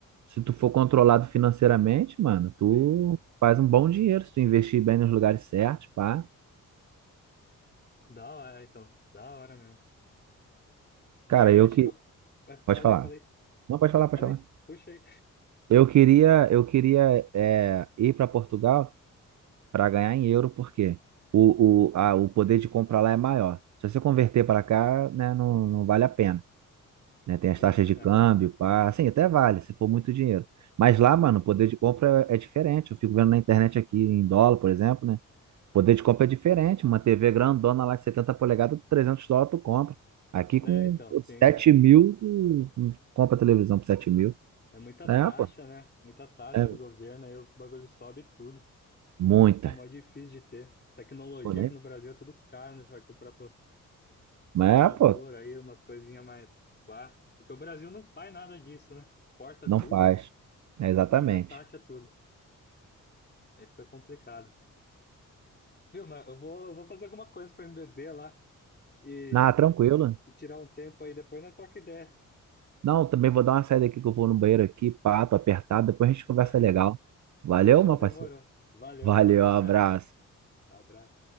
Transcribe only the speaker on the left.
Sim.
Da hora, então. Da hora mesmo. Mas
acho
que eu. É,
falei,
falei.
Falei.
Puxa aí.
<laughs> Sim,
é.
Aham.
Né,
então, sim,
é.
É muita
taxa,
né? Muita taxa
do governo, aí os bagulhos sobem tudo.
Aí fica mó difícil de ter. Tecnologia
aqui no Brasil é tudo caro, né? Você vai comprar pô,
computador,
aí umas coisinhas mais. Pá. Porque o Brasil não faz nada disso, né? Porta
tudo.
e ainda taxa tudo. Aí fica complicado. Viu, mas eu vou, eu vou fazer alguma coisa pra me beber lá e,
e tirar um tempo aí, depois nós troca ideia.
<laughs>
Fechou,
demorou.
Valeu,
valeu,
até. Abraço.